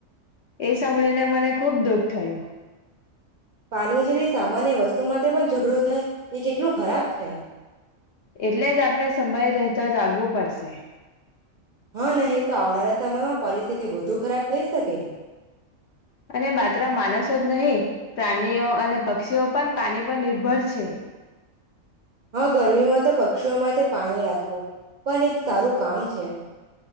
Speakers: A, on the left; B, on the right.
A: એ સાંભળી ને મને ખુબ દુઃખ થયું.
B: પાણી જેવી સામાન્ય વસ્તુ માટે પણ ઝઘડો થાય એ કેટલું ખરાબ છે.
A: એટલે જ આપણેે સમય રહેતા જાગવું પડશે.
B: હા, નહી તો આવનારા સમયમાં પરિસ્થિતિ વધુ ખરાબ થઈ શકે.
A: અને માત્ર માણસો જ નહીં પ્રાણીઓ અને પક્ષીઓ પણ પાણી પર નિર્ભર છે.
B: હા, ગરમીમાં તો પક્ષીઓ માટે પાણી રાખવું પણ એક સારું કામ છે.